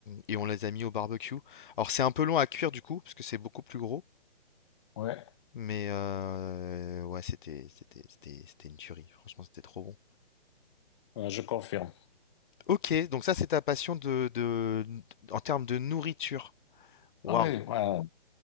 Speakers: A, on the left; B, on the left.
A: et on les a mis au barbecue. Alors, c'est un peu long à cuire du coup, parce que c'est beaucoup plus gros.
B: ouais,
A: Mais euh, ouais, c'était c'était c'était c'était une tuerie. Franchement, c'était trop bon.
B: ouais, je confirme.
A: Ok, donc ça, c'est ta passion de, de en termes de nourriture. Waouh.
B: Ah oui, ouais.